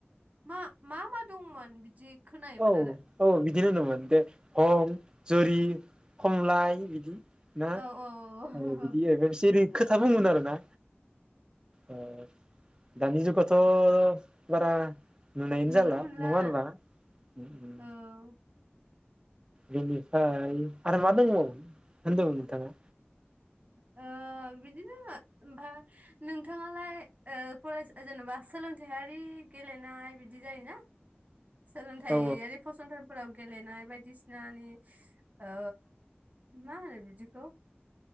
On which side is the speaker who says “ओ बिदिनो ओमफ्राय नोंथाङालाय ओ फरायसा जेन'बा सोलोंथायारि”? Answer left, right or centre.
Right